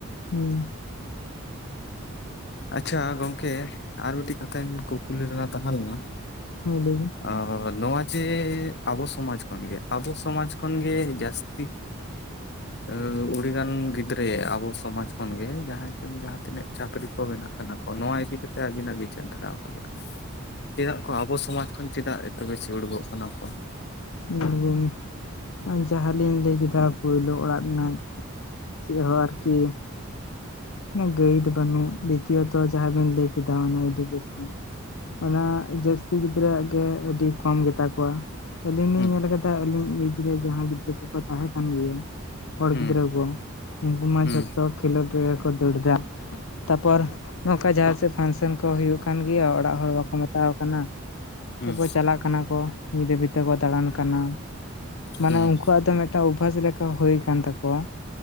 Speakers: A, on the left; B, on the left.
A: ᱦᱩᱸ᱾
B: ᱟᱪᱪᱷᱟ ᱜᱚᱢᱠᱮ ᱟᱨ ᱢᱤᱫᱴᱤᱡ ᱠᱟᱛᱷᱟᱧ ᱠᱩᱠᱞᱤ ᱨᱮᱱᱟᱜ ᱛᱟᱦᱮᱸ ᱞᱮᱱᱟ,
A: ᱦᱮᱸ ᱞᱟᱹᱭ ᱵᱤᱱ।
B: ᱚ ᱱᱚᱣᱟ ᱡᱮ ᱟᱵᱚ ᱥᱚᱢᱟᱡ ᱠᱷᱚᱱ ᱜᱮ᱾ ᱟᱵᱚ ᱥᱚᱢᱟᱡ ᱠᱷᱚᱱᱜᱮ ᱡᱟᱹᱥᱛᱤ
A: ᱦᱩᱸ <inaudible>
B: ᱮ ᱩᱰᱤᱲᱜᱟᱱ ᱜᱤᱫᱽᱨᱟᱹ ᱟᱵᱚ ᱥᱚᱢᱟᱡ ᱠᱷᱚᱱ ᱜᱮ ᱡᱟᱦᱟᱸᱭ ᱡᱟᱦᱟᱸ ᱛᱤᱱᱟᱹᱜ ᱪᱟᱹᱠᱨᱤ ᱠᱚ ᱵᱮᱱᱟᱜ ᱠᱟᱱᱟ ᱠᱚ ᱱᱚᱣᱟ ᱤᱫᱤ ᱠᱟᱛᱮ ᱟᱹᱵᱤᱱᱟᱜ ᱵᱤᱪᱟᱹᱨ ᱫᱷᱟᱨᱟ ᱚᱠᱟᱮ ᱞᱮᱠᱟ? ᱪᱮᱫᱟᱜ ᱠᱚ ᱟᱵᱚ ᱥᱚᱢᱟᱡ ᱠᱷᱚᱱ ᱪᱮᱫᱟᱜ ᱮᱛᱚ ᱵᱮᱥᱤ ᱩᱰᱠᱚᱜ ᱠᱟᱱᱟ ᱠᱚ?
A: ᱡᱮᱢᱚᱱ ᱡᱟᱦᱟᱸ ᱞᱤᱧ ᱞᱟᱹᱭ ᱠᱮᱫᱟ ᱯᱳᱭᱞᱳ ᱚᱲᱟᱜ ᱨᱮᱱᱟᱜ ᱪᱮᱜ ᱦᱚᱸ ᱟᱨᱠᱤ ᱚᱱᱟ ᱜᱟᱹᱭᱤᱰ ᱵᱟᱹᱱᱩᱜ ᱫᱤᱛᱤᱭᱚᱛᱚ ᱡᱟᱦᱟᱸ ᱵᱤᱱ ᱞᱟᱹᱭ ᱠᱮᱫᱟ ᱚᱱᱟ ᱮᱰᱩᱠᱮᱥᱚᱱ ᱚᱱᱟ ᱡᱟᱹᱥᱛᱤ ᱜᱤᱫᱽᱨᱟᱹᱣᱟᱜ ᱜᱮ ᱟᱹᱰᱤ ᱠᱚᱢ ᱜᱮ ᱛᱟᱠᱚᱣᱟ। ᱟᱹᱞᱤᱧ ᱞᱤᱧ
B: ᱦᱩᱸ
A: ᱧᱮᱞ ᱠᱟᱫᱟ ᱟᱹᱞᱤᱧ ᱮᱡ ᱨᱮ ᱡᱟᱦᱟᱸᱭ ᱜᱤᱫᱽᱨᱟᱹ ᱠᱚᱠᱚ ᱛᱟᱦᱮᱸ ᱠᱟᱱ ᱜᱮᱭᱟ, ᱦᱚᱲ
B: ᱦᱩᱸ
A: ᱜᱤᱫᱽᱨᱟᱹ ᱠᱚ, ᱩᱝᱠᱩ ᱢᱟ
B: ᱦᱩᱸ
A: ᱡᱷᱚᱛᱚ ᱠᱷᱮᱞᱳᱰ ᱨᱮᱜᱮ ᱠᱚ ᱫᱟᱹᱲ ᱫᱟ᱾ ᱛᱟᱯᱚᱨ ᱱᱚᱝᱠᱟ ᱡᱟᱦᱟᱸᱥᱮᱫ ᱯᱷᱟᱱᱥᱮᱱ ᱠᱚ ᱦᱩᱭᱩᱜᱭ ᱠᱟᱱ ᱜᱮᱭᱟ᱾ ᱚᱲᱟᱜ ᱦᱚᱲ ᱵᱟᱠᱚ ᱢᱮᱛᱟᱠᱚ ᱠᱟᱱᱟ।
B: ᱦᱩᱸ
A: ᱛᱟᱯᱚᱨ ᱪᱟᱞᱟᱜ ᱠᱟᱱᱟ ᱠᱚ᱾ ᱧᱤᱫ ᱫᱷᱟᱹᱵᱤᱡ ᱛᱮᱠᱚ ᱫᱟᱬᱟᱱ ᱠᱟᱱᱟ, ᱢᱟᱱᱮ
B: ᱦᱩᱸ
A: ᱩᱝᱠᱩ ᱣᱟᱜ ᱫᱚ ᱢᱤᱫᱴᱟᱝ ᱚᱵᱽᱵᱷᱟᱥ ᱞᱮᱠᱟ ᱦᱩᱭ ᱟᱠᱟᱱ ᱛᱟᱠᱚᱣᱟ᱾